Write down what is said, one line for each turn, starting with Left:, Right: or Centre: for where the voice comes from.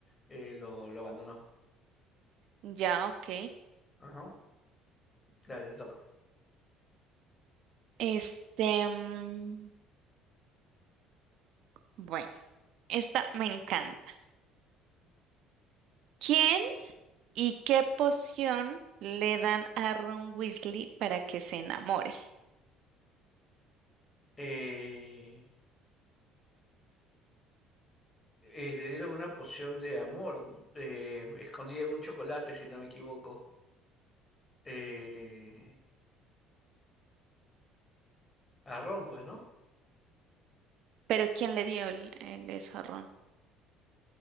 Left: eh, lo, lo abandonó.
Right: ya, ok.
Left: Ajá. Dale, te toca.
Right: Este, mm, bueno, esta me encanta. ¿Quién y qué poción le dan a Ron Weasley para que se enamore?
Left: Eh, eh, le dieron una poción de amor, eh, escondida en un chocolate, si no me equivoco. Eh, a Ron, pues, ¿no?
Right: Pero ¿quién le dio el, el eso a Ron?